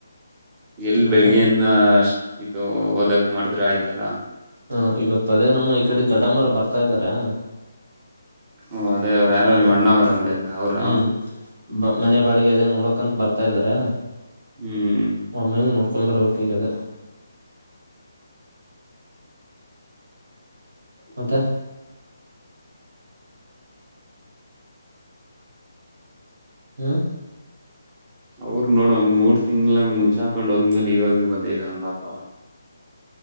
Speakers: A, on the right; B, on the right.
A: ಎಲ್ಲಿ
B: ಮತ್ತೆ
A: ಬೆಳಿಗ್ಗೆಯಿಂದ ಅಷ್ಟ ಇದು ಓದಕ್ ಮಾಡಿದ್ರೆ ಆಯ್ತಲ್ಲ
B: ಹಾ ಇವತ್ ಅದೇ ನಮ್ಮ ಈ ಕಡೆ ದೊಡ್ಡಮ್ಮ ಅವರು ಬರ್ತಾ ಇದ್ದಾರಾ
A: ಹ್ಮ ಅದೇ ಅವ್ರು ಯಾರೋ
B: ಮ
A: ನೀವ್ ಅಣ್ಣವ್ರ ಅಂದಲ್ಲ ಅವ್ರ
B: ಹ್ಮ್ ಮನೆ ಬಾಡಿಗೆ ಅದೇ ನೋಡ ಅಂತಾ ಬರ್ತಾ ಇದಾರೆ
A: ಹ್ಮ್
B: ಒಮ್ಮ್ಯಾಗ ನೋಡ್ಕೊಂಡ ಬರ್ಬೇಕ ಈಗದೆ ಮತ್ತೆ ಹ್ಮ್
A: ಅವರು ನೋಡ ಮೂರ್ ತಿಂಗ್ಳ ಮುಚಾಕ್ ಹಾಕೊಂಡ್ ಹೋಗ್ಮೇಲೆ ಇವಾಗ ಬಂದ ಇದ್ದವನ್ ಪಾಪ